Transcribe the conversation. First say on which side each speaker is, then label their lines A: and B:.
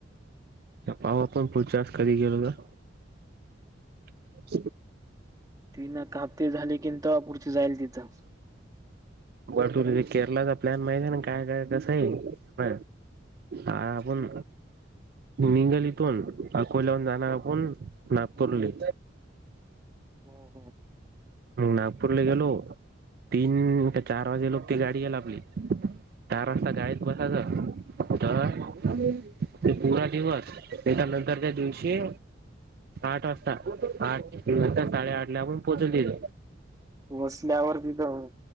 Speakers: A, on the right; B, on the right.
A: पावा पण पुूढचास कर गेलो का. <unintelligible>
B: तीन एक हप्ते झाले की तवा पुढची जाईल तिथं.
A: बट केरलाचा प्लॅन माहिती आहे ना काय काय कसं आहे. ह आपण निंगल इथून अकोल्याहून जाणार आपण. नापोलली
B: हम हम
A: नागपू ल गेलो. तीन का चार वाजे लोक त गाडी याला आपली चार वाजता गाडीत बसायचं. तर ते पुूरा दिवस त्याच्या नंतर त्या दिवशी आठ वाजता आठ नंत साडेआठ ला पण पोहचल.
B: वसल्यावरतीिथं.